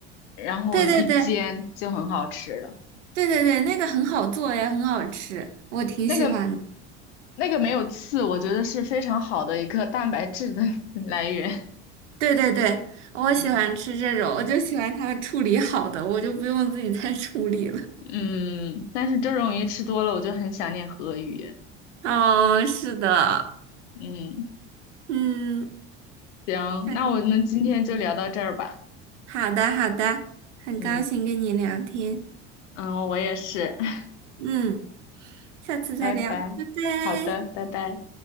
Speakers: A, on the left (about 75°); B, on the right (about 80°).
A: 然后一煎就很好吃了。
B: 对对对对对对，那个很好做也很好吃，我挺喜欢的
A: 那个那个没有刺，我觉得是非常好的一个蛋白质的 <laughs> 来源。
B: 对对对，我喜欢吃这种，
A: 嗯
B: 我就喜欢它们处理好的，我就不用自己再 <laughs> 处理了。
A: 嗯，但是这种鱼吃多了，我就很想念河鱼。
B: 哦，是的，
A: 嗯。
B: 嗯，
A: 行，
B: 嗯
A: 那我们今天就聊到这儿吧。
B: 好的好的，很高兴跟你聊天，
A: 嗯嗯，我也是，<laughs>
B: 嗯，下次再聊，
A: 拜拜。
B: 拜拜。
A: 好的，拜拜。